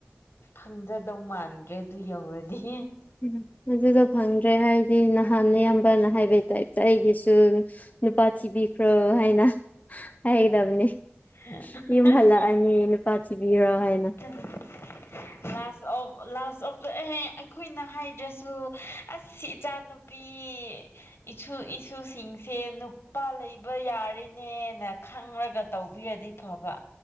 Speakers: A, on the left (about 70°); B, on the left (about 40°).
A: ꯐꯪꯗ꯭ꯔꯗꯧ ꯃꯥꯟꯗ꯭ꯔꯦ ꯑꯗꯨ ꯌꯧꯔꯗꯤ
B: ꯎꯝ ꯑꯗꯨꯗꯣ ꯐꯪꯗ꯭ꯔꯦ ꯍꯥꯏꯗꯤ ꯅꯍꯥꯟ ꯅꯌꯥꯝꯕꯅ ꯍꯥꯏꯕꯩ ꯇꯥꯏꯄꯇ ꯑꯩꯒꯤꯁꯨ ꯅꯨꯄꯥ ꯊꯤꯕꯤꯈ꯭ꯔꯣ ꯍꯥꯏꯅ ꯍꯥꯏꯒꯗꯕꯅꯦ
A: <unintelligible>
B: ꯌꯨꯝ ꯍꯜꯂꯛꯑꯅꯤ ꯅꯨꯄꯥ ꯊꯤꯕꯤꯔꯣ ꯍꯥꯏꯅ
A: <unintelligible> ꯂꯥꯁ ꯑꯣꯞ ꯂꯥꯁ <unintelligible> ꯑꯦ ꯑꯩꯈꯣꯏꯅ ꯍꯥꯏꯗ꯭ꯔꯁꯨ ꯑꯁ ꯏꯆꯥꯅ <unintelligible> ꯏꯁꯨ ꯏꯁꯨꯁꯤꯡꯁꯦ ꯅꯨꯄꯥ ꯂꯩꯕ ꯌꯥꯔꯦꯅꯦꯅ ꯈꯪꯂꯒ ꯇꯧꯕꯤꯔꯗꯤ ꯐꯕ